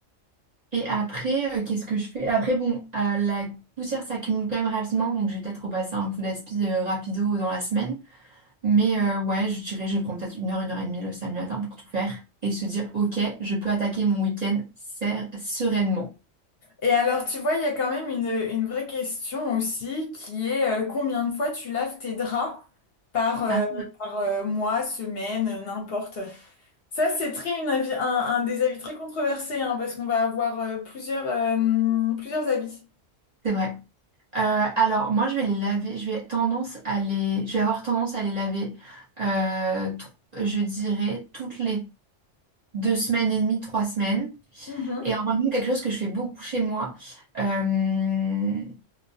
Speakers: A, on the right; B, on the left.
A: Et après, euh, qu'est-ce que je fais? Après, bon, euh, la poussière s'accumule quand même rapidement, donc je vais peut-être repasser un coup d'aspi euh, rapido dans la semaine. Mais euh, ouais, je dirais, je vais prendre peut-être une heure, une heure et demie le samedi matin pour tout faire et se dire, ok, je peux attaquer mon week-end ser- sereinement.
B: Et alors, tu vois, il y a quand même une, une vraie question aussi qui est euh, combien de fois tu laves tes draps par, euh,
A: Ah,
B: par euh, mois, semaine, euh, n'importe. Ça, c'est très une avis, un, un des avis très controversés hein, parce qu'on va avoir euh, plusieurs, euh, plusieurs avis.
A: c'est vrai. Euh, alors, moi, je vais les laver. Je vais tendance à les... Je vais avoir tendance à les laver, euh, tr- je dirais, toutes les deux semaines et demie, trois semaines.
B: Mhm.
A: Et en même temps, quelque chose que je fais beaucoup chez moi, euh,